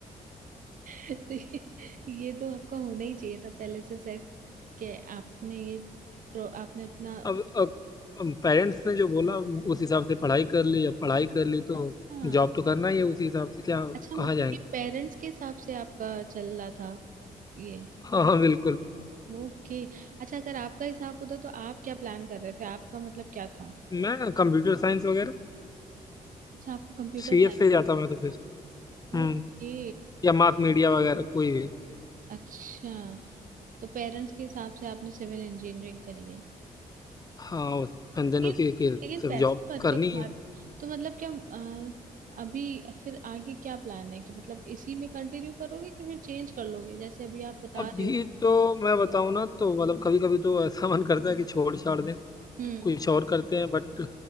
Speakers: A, on the right; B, on the left.
A: <laughs> तो ये, ये तो आपका होना ही चाहिए था पहले से सेट कि आपने ये pro- आपने अपना
B: अब अब, अब पेरेंट्स ने जो बोला उस हिसाब से पढ़ाई कर ली अब पढ़ाई कर ली तो
A: अच्छा
B: जॉब तो करना ही है उसी हिसाब से क्या
A: अच्छा मतलब
B: कहाँ जाएंगे
A: ये पेरेंट्स के हिसाब से आपका चल रहा था ये
B: हाँ हाँ बिल्कुल
A: ओके अच्छा अगर आपका हिसाब होता तो आप क्या प्लान कर रहे थे आपका मतलब क्या था
B: मैं कंप्यूटर साइंस वगैरह
A: अच्छा आपको कंप्यूटर
B: सीएस
A: साइंस
B: से जाता मैं तो फिर
A: ओके
B: हम्म या मास मीडिया वगैरह कोई भी
A: अच्छा तो पेरेंट्स के हिसाब से आपने सिविल इंजीनियरिंग करी है
B: हाँ एंड देन
A: लेकिन
B: उसी के
A: लेकिन
B: सब
A: पैसे
B: जॉब
A: तो अच्छे
B: करनी
A: कमा
B: है
A: रहे तो मतलब क्या अ, अभी फिर आगे क्या प्लान है कि मतलब इसी में कंटिन्यू करोगे कि फिर चेंज कर लोगे जैसे अभी आप बता
B: अभी
A: रहे हो
B: तो मैं बताऊँ ना तो मतलब कभी कभी तो ऐसा मन करता है कि छोड़ छाड़ दें
A: हम्म
B: कुछ और करते हैं बट